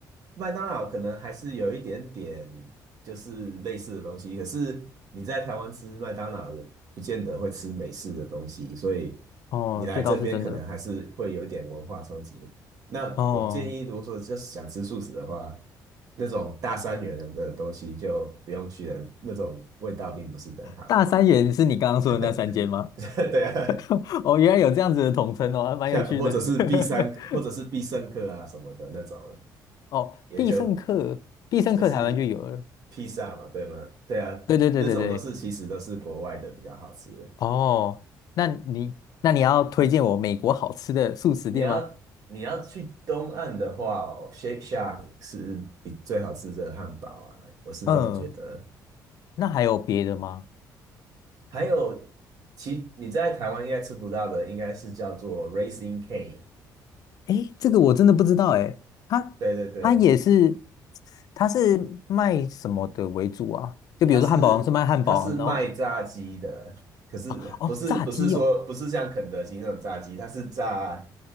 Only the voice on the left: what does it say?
哦，
这倒是真的。
哦，
大三元是你刚刚说的那三间吗？
<laughs> 哦，原来有这样子的统称哦，还蛮有趣的。
<laughs> 哦，
必胜客，必胜客台湾就有了。
对对对对对。
哦，那你那你要推荐我美国好吃的素食店吗？
嗯，那还有别的吗？
诶，这个我真的不知道诶，它它也是，
它是卖什么的为主啊？就比如说汉堡王是卖汉堡，
然后
哦哦炸鸡哦，